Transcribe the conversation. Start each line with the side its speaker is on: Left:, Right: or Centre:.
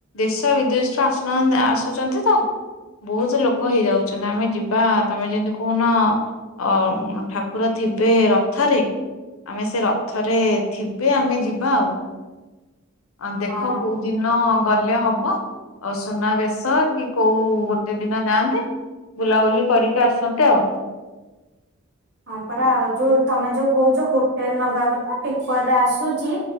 Left: ଦେଶ ବିଦେଶରୁୁ ଆସୁନାହା, ଆସୁଚନ୍ତି ତ। ବହୁତ ଲୋକ ହେଇଯାଉଚନ୍ତି, ଆମେ ଯିବା ତମେ ଯେମତି କହୁନ ଅ, ଠାକୁର ଥିବେ ରଥରେ ଆମେ ସେ ରଥରେ ଥିବେ, ଆମେ ଯିବା ଆଉ ଦେଖ
Right: ହଁ
Left: କୋଉଠି ଦିନ ଗଲେ ହବ। ଆଉ ସୁନା ବେଶ କି କୋଉ ଗୋଟେ ଦିନ ଯାଆନ୍ତେ ବୁଲାବୁଲି କରିକି ଆସନ୍ତେ ଆଉ।
Right: ହଁ ପରା ଆଉ ଯୋଉ ତମେ ଯୋଉ କହୁଛ, ହୋଟେଲ ନବା କଥ୍ ପେପରରେ ଆସୁଚି,